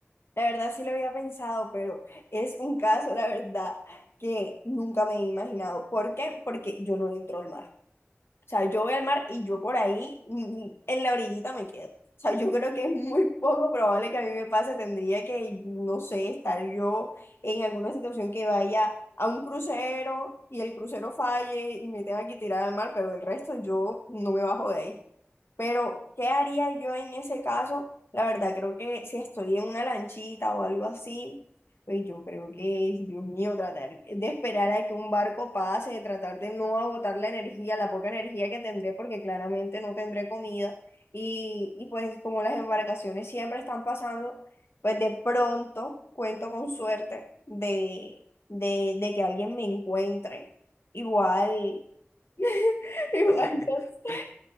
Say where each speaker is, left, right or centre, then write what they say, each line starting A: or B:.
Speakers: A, on the left; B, on the left.
A: La verdad sí lo había pensado, pero es un caso, la verdad, que nunca me he imaginado. ¿Por qué? Porque yo no entro al mar. O sea, yo voy al mar y yo por ahí, mm, mm, en la orillita me quedo. O sea, yo creo que es muy poco probable que a mí me pase. Tendría que, no sé, estar yo en alguna situación que vaya a un crucero y el crucero falle y me tenga que tirar al mar, pero el resto yo no me bajo de ahí. Pero, ¿qué haría yo en ese caso? La verdad, creo que si estoy en una lanchita o algo así, pues yo creo que, es, Dios mío, tratar de esperar a que un barco pase, de tratar de no agotar la energía, la poca energía que tendré, porque claramente no tendré comida. Y, y pues como las embarcaciones siempre están pasando, pues de pronto cuento con suerte de, de, de que alguien me encuentre. Igual, <laughs> igual,
B: O sea, que
A: no sé,
B: tú,